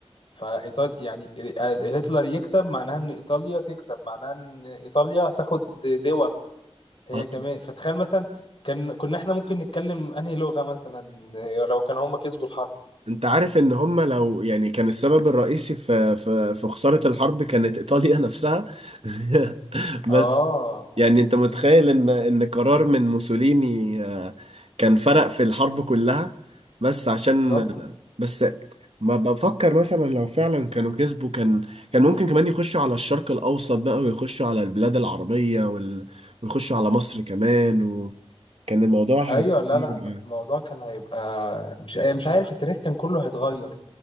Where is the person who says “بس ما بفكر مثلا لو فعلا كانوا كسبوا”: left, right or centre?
Right